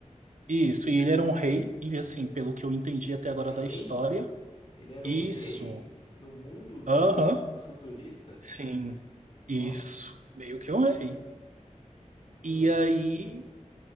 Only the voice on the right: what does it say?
Isso, e ele era um rei, e assim, pelo que eu entendi até agora da
história,
isso,
aham,
sim,
isso, meio que um rei.
E aí,